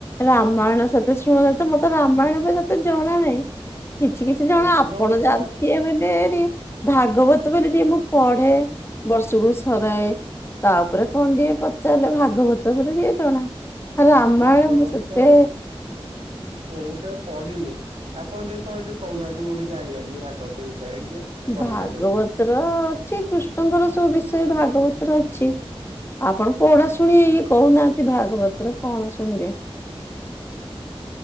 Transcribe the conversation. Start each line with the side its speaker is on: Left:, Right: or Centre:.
Left: ରାମାୟଣ ସତେ ସୁ ଣେ ତ ମୋତେ ରାମାୟଣ ତ ସେତେ ଜଣା ନାହିଁ। କିଛି କିଛି ଜଣ
Right: ଆଉ ଭାଗବତ
Left: ଆପଣ ଯାଣିଥିବେ ବୋଇଲେ ଟିକେ। ଭାଗବତ ବୋଇଲେ ଟିକେ ମୁଁ ପଢେ। ବର୍ଷକୁ ସରାଏ ତା ଉପରେ
Right: ଆଚ୍ଛା।
Left: କଣ ଟିକେ‌ ପଚାରିଲେ ଭାଗବତ ବୋଲି ଟିକେ ଜଣା। ରାମାୟଣ
Right: ଭାଗବତ,
Left: ମୁଁ ସେତେ
Right: ମୁଁ ତ ପଡିନି। ଆପଣ ଟିକେ କଣ ଟିକେ କହୁନାହାନ୍ତି ମୁଁ ଟିକେ ଜାଣିବା ଟିକେ ଭାଗବତ ବିଷୟରେ ଟିକେ। ବର୍ଣ୍ଣନା
Left: ଭାଗବତର
Right: କରି।
Left: ଅଛି କୃଷ୍ଣଙ୍କର ସବୁ ବିଷୟରେ ଭାଗବତରେ ଅଛି। ଆପଣ କୋଉଡା ଶୁଣିବେ କି କହୁନାହାନ୍ତି ଭାଗବତ୍ ର କଣ ଶୁଣିବେ?